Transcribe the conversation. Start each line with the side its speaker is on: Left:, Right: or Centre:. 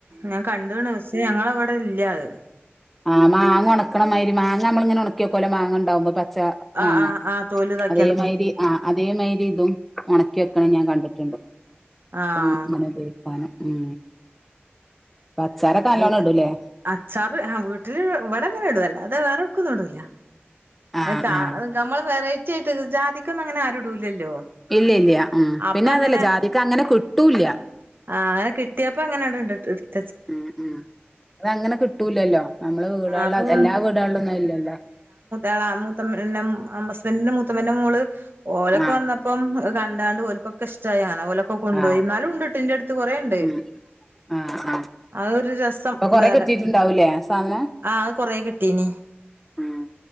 Right: ഞാൻ കണ്ട്ണ് പക്ഷേ ഞങ്ങടവിടെ ഇല്ലാത്
Centre: ആ മാങ്ങ ഒണക്കണമാതിരി മാങ്ങമ്മൾ ഇങ്ങനെ ഒണക്കി വെക്കൂലേ മാങ്ങാണ്ടാകുമ്പം പച്ച
Right: ആഹ്
Centre: മാങ്ങ
Right: ആഹ് ആഹ് തോല് ഇതാക്കിയാണ്ട്
Centre: അതേമായിരി
Right: പുളിക്ക്
Centre: ആ അതേമായിരി ഇതും ഒണക്കിവെക്ക ക്കണ ഞാൻ കണ്ടിട്ടിണ്ട്
Right: ആഹ്
Centre: <unintelligible> <unintelligible> ഉം അച്ചാറൊക്കെ നല്ലോണം
Right: എഹ്
Centre: ഇടൂലേ
Right: അച്ചാറ് ഹാ വീട്ടിൽ വ് ഇവിടങ്ങനാ ഇടുവേല അത് വേറൊക്കൊന്ന്ടൂല
Centre: ആഹ്
Right: അത് കാ
Centre: ആഹ്
Right: നമ്മൾ വെറൈറ്റി ആയിട്ട് ജാതിക്ക ഒന്നും അങ്ങനെ ആരും ഇടൂല്ലല്ലോ
Centre: ഇല്ല ഇല്ല ഉം
Right: അപ്പ
Centre: പിന്നെ
Right: അങ്ങനെ
Centre: അതല്ല ജാതിക്ക അങ്ങനെ കിട്ടൂല്ല
Right: ആ അങ്ങനെ കിട്ടിയപ്പം അങ്ങനെ ഇടട്ട് <unintelligible>
Centre: ഉം ഉം അത് അങ്ങനെ കിട്ടൂലല്ലോ നമ്മള് വീടുകളില്
Right: ആഹ് അപ്പം
Centre: എല്ലാ വീടുകളിലൊന്നും അതില്ലലോ
Right: എളാ മൂത്തമ്മേ നം ഹമുസ്ബന്റിന്റെ മൂത്ത പ്പ്ന്റെ മോള് ഓരോക്കെ
Centre: ആഹ്
Right: വന്നപ്പം അത് കണ്ടാണ്ട് ഓൽകൊ ക്കിഷ്ടായി ആന ഓലം ഒക്ക കൊണ്ടോയി
Centre: ആഹ്
Right: ന്നാലും ഇണ്ട്ട്ടോ ഇന്റട്ത്ത് കൊറേ ഇണ്ട്
Centre: ഉം ആഹ് ആഹ്
Right: അത് ഒരു രസം
Centre: അപ്പൊ കൊറെ
Right: ബേറെ
Centre: കിട്ടിയിട്ടുണ്ടാവൂലേ ആ സാധനം
Right: ആഹ് അത് കൊറേ കിട്ടീന്
Centre: ഉം